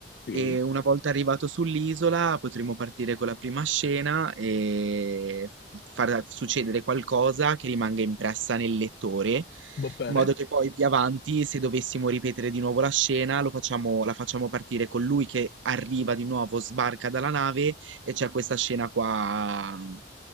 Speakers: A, on the left; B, on the right.
A: sì,
B: E una volta arrivato sull'isola potremo partire con la prima scena e far succedere qualcosa che rimanga impressa nel lettore, in
A: va bene.
B: modo che poi più avanti, se dovessimo ripetere di nuovo la scena, lo facciamo- la facciamo partire con lui che arriva di nuovo, sbarca dalla nave e c'è questa scena qua mm,